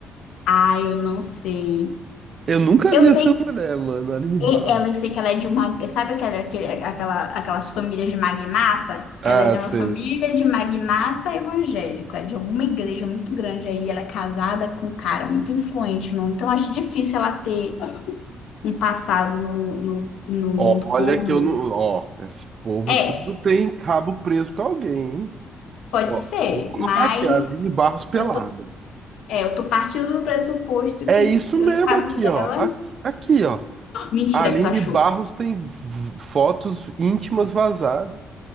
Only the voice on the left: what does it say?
Ah, eu não sei.
Eu
sei
E ela, eu sei que ela é de uma. Sabe aquela, aquele- aquela, aquelas famílias de magnata?
Ela é de
uma família de magnata evangélico, é de alguma igreja muito grande aí. Ela é casada com um cara muito influente, não? Então acho difícil ela ter um passado no, no, no mundo
pornô.
É,
pode
ser,
mas
eu tô, é, eu tô partindo do pressuposto
que
no
caso
dela.
Mentira
que tu achou.